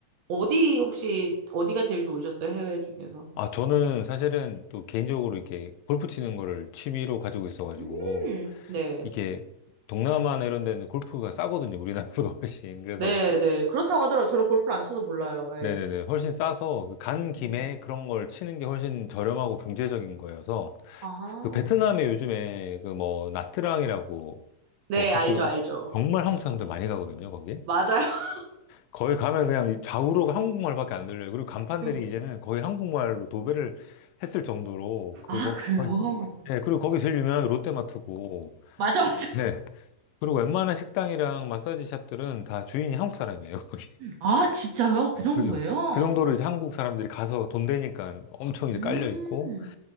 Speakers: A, on the right (about 65°); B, on the left (about 85°).
A: 어디 혹시 어디가 제일 좋으셨어요? 해외 중에서?
B: 아, 저는 사실은 또 개인적으로 이렇게 골프 치는 거를 취미로 가지고 있어가지고,
A: 음, 네.
B: 이게 동남아나 이런 데는 골프가 싸거든요. 우리나라보다 <laughs> 훨씬. 그래서,
A: 네, 네. 그렇다고 하더라고요. 저는 골프를 안 쳐서 몰라요. 예.
B: 네, 네. 네 훨씬 싸서, 간 김에
A: 음.
B: 그런 걸 치는 게 훨씬 저렴하고 경제적인 거여서,
A: 아.
B: 그 베트남에 요즘에 그 뭐, 나트랑이라고,
A: 네,
B: 뭐, 그렇게
A: 알죠,
B: 막
A: 알죠.
B: 정말 한국 사람들 많이 가거든요, 거기.
A: 맞아요.
B: 거의 가면 그냥 좌우로 한국말밖에 안 들려요. 그리고 간판들이
A: <laughs>
B: 이제는 거의 한국말로 도배를 했을 정도로 그
A: 아,
B: 뭐
A: 그래요?
B: 거의 예, 그리고 거기 제일 유명한 게 롯데마트고
A: 맞아, 맞아.
B: 네. 그리고 웬만한 식당이랑 마사지 샵들은 다 주인이 한국 사람이에요, 거기.
A: 아, 진짜요?
B: <laughs>
A: 그 정도예요?
B: 그죠. 그 정도로 이제 한국 사람들이 가서 돈 되니까 엄청 이제
A: 음,
B: 깔려 있고